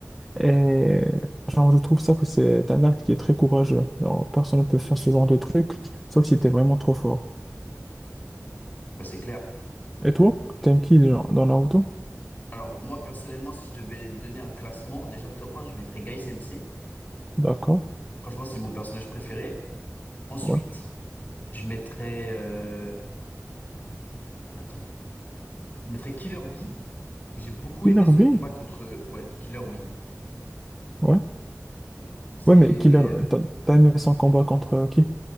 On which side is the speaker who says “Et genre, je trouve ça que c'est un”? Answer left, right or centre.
Centre